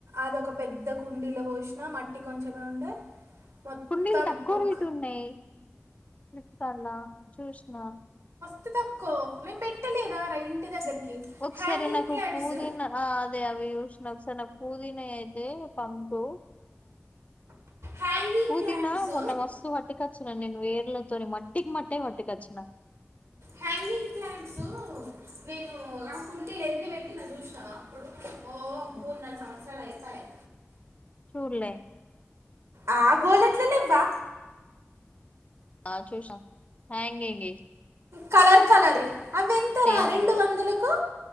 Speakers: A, on the right; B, on the left.
A: అది ఒక పెద్ద కుండీలో పోసినా మట్టి కొంచమే ఉండే మొత్తం
B: కుండీలు తక్కువ
A: ఒక
B: రేటు ఉన్నయి ఇత్తాలా చూసిన
A: అంత తక్కో మేం పెట్టలేదా రా ఇంటి దగ్గరికి
B: ఒకసారి
A: హ్యాంగింగ్
B: నాకు
A: ప్లాంట్స్
B: పుదీనా ఆ అదే అవి చూసిన ఒకసారి నాకు పుదీనా అయితే పంపు
A: హ్యాంగింగ్
B: పూదీనా
A: ప్లాంట్స్
B: మొన్న మస్తు పట్టకచ్చిన నేను వేర్ల తోని మట్టికి మట్టే పట్కాచ్చిన
A: హ్యాంగింగ్ ప్లాంట్స్ నేను మీరు రాకుంటే ఎన్ని పెట్టిన చూసినవ అప్పుడు
B: ఓ
A: మూడు నాలుగు సంవత్సరాలు అయిపోయాయి
B: చూడ్లే
A: ఆ గోదట్లే లేవ్వ
B: ఆ చూసిన హంగింగ్యి
A: కలర్ కలరివి అవి ఎంతరా
B: అవును
A: రెండు వందలకు